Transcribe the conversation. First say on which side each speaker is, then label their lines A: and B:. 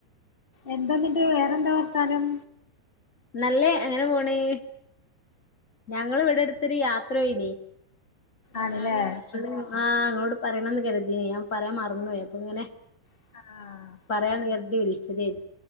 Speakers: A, on the left; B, on the left.
A: എന്താനിട്ട് വേറെന്താവർത്താനം.
B: നല്ലേ അങ്ങനെപോണേ. ഞങ്ങളിവ്ടെ എട്ത്തൊര് യാത്രൊയ്നി.
A: ആണല്ലേ
B: ഞാന് ആഹ് ഇങ്ങളോട് പറയണന്ന് കെര്തീനി ഞാൻ പറയാൻ മർന്നോയി അപങ്ങനെ.
A: ആഹ്.
B: പറയാന്ന് കര്തി വിൾച്ചെതേനി